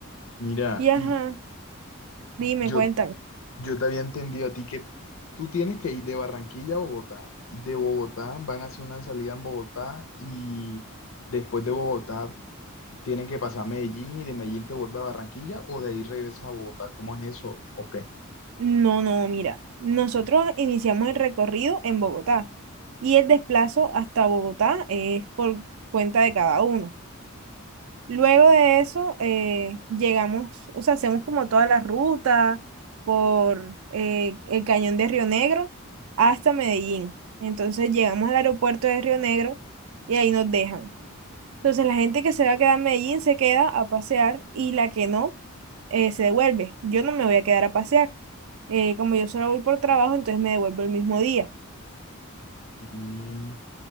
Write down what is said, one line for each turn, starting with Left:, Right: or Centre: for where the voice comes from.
Left: Mira,
Right: Y ajá,
Left: y
Right: dime,
Left: yo,
Right: cuéntame.
Left: yo te había entendido a ti que tú tienes que ir de Barranquilla a Bogotá. Y de Bogotá van a hacer una salida en Bogotá y después de Bogotá tienen que pasar a Medellín y de Medellín te vuelve a Barranquilla o de ahí regresas a Bogotá. ¿Cómo es eso? ¿O qué?
Right: No, no, mira, nosotros iniciamos el recorrido en Bogotá y el desplazo hasta Bogotá es por cuenta de cada uno. Luego de eso, eh, llegamos, o sea, hacemos como toda la ruta por eh, el cañón de Río Negro hasta Medellín. Entonces llegamos al aeropuerto de Río Negro y ahí nos dejan. Entonces la gente que se va a quedar en Medellín se queda a pasear y la que no eh, se devuelve. Yo no me voy a quedar a pasear. Eh, como yo solo voy por trabajo, entonces me devuelvo el mismo día.
Left: Mm,